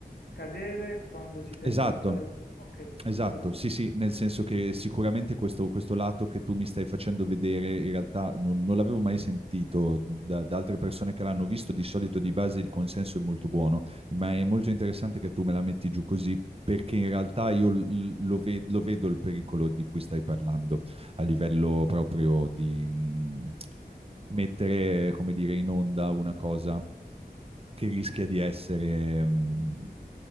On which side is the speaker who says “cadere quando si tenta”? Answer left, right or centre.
Left